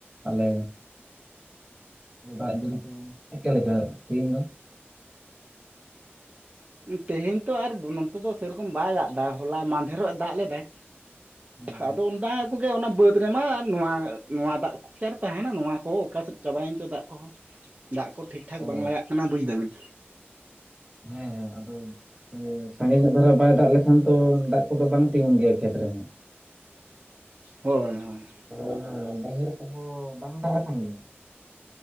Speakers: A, on the right; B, on the right.
A: ᱟᱞᱮ ᱫᱟᱜ ᱡᱟᱹᱲᱤ ᱠᱚ ᱪᱮᱫᱠᱟ ᱞᱮᱠᱟ ᱛᱤᱦᱤᱧ ᱫᱚ?
B: ᱛᱮᱦᱮᱧ ᱛᱚ ᱟᱨ ᱵᱚᱱᱚᱛ ᱩᱱᱫᱚ ᱥᱮᱨᱚᱠᱚᱢ ᱵᱟᱭ ᱫᱟᱜ ᱮᱫᱟ ᱦᱚᱞᱟ ᱢᱟᱫᱷᱮᱨᱚᱜ ᱮ ᱫᱟᱜ ᱞᱮᱫᱟᱭ,
A: ᱦᱮᱸ
B: ᱟᱫᱚ ᱚᱱᱫᱟ ᱠᱚᱜᱮ ᱚᱱᱟ ᱵᱟᱹᱫᱽ ᱨᱮᱢᱟ ᱱᱚᱣᱟ ᱱᱚᱣᱟ ᱫᱟᱜ ᱠᱚ ᱠᱤ ᱟᱨ ᱛᱟᱦᱮᱱᱟ ᱱᱚᱣᱟ ᱠᱚ ᱚᱠᱟ ᱥᱮᱫ ᱪᱟᱵᱟᱭᱮᱱ ᱪᱚ ᱫᱟᱜ ᱠᱚ ᱫᱟᱜ ᱠᱚ ᱴᱷᱤᱠᱼᱴᱷᱟᱠ
A: ᱚ
B: ᱵᱟᱝ ᱞᱟᱜᱟᱜ ᱠᱟᱱᱟ ᱵᱩᱡ ᱫᱟᱵᱤᱱ
A: ᱦᱮᱸ ᱟᱫᱚ ᱥᱟᱜᱮᱧᱚᱜ ᱫᱷᱟᱨᱟ ᱵᱟᱭ ᱫᱟᱜ ᱞᱮᱠᱷᱟᱱ ᱛᱚ ᱫᱟᱜ ᱠᱚᱫᱚ ᱵᱟᱝ ᱛᱤᱜᱩᱱ ᱜᱮᱭᱟ ᱠᱷᱮᱛ ᱨᱮᱦᱚᱸ
B: ᱦᱳᱭ ᱦᱳᱭ
A: ᱛᱟᱦᱚᱞᱮ ᱚᱱᱟ ᱵᱟᱹᱭᱦᱟᱹᱲ ᱠᱚᱦᱚᱸ ᱵᱟᱝ ᱫᱟᱜ ᱠᱟᱱ ᱜᱮᱭᱟ?